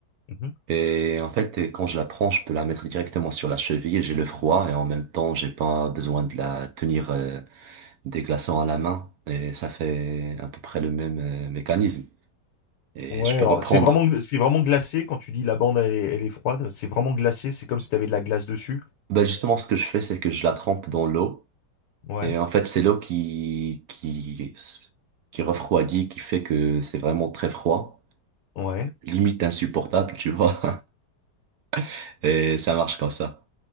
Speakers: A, on the left; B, on the right.
A: Mhm.
B: Et en fait, quand je la prends, je peux la mettre directement sur la cheville et j'ai le froid. Et en même temps, j'ai pas besoin de la tenir euh, des glaçons à la main. Et ça fait à peu près le même euh, mécanisme. Et
A: Ouais,
B: je
A: alors
B: peux reprendre.
A: c'est vraiment, c'est vraiment glacé quand tu dis la bande elle est, elle est froide. C'est vraiment glacé. C'est comme si t'avais de la glace dessus.
B: Bah, justement, ce que je fais, c'est que je la trempe dans l'eau.
A: Ouais,
B: Et en fait, c'est l'eau qui, qui, qui refroidit, qui fait que c'est vraiment très froid.
A: ouais.
B: limite insupportable, tu vois. <laughs> Et ça marche comme ça.